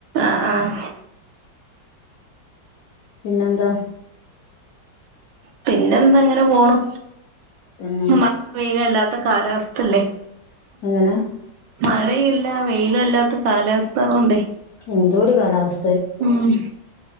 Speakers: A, on the right; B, on the left.
A: ആഹ് ആഹ്
B: പിന്നെന്ത
A: പിന്നെ എന്താങ്ങനെ പോണു
B: പിന്നെ
A: <unintelligible> കാലാവസ്ഥല്ലേ
B: എങ്ങനെ
A: മഴയില്ല വെയിലല്ലാത്ത കാലാവസ്ഥ ആയോണ്ടെ
B: എന്തോ ഒരു കാലാവസ്
A: മ്മ്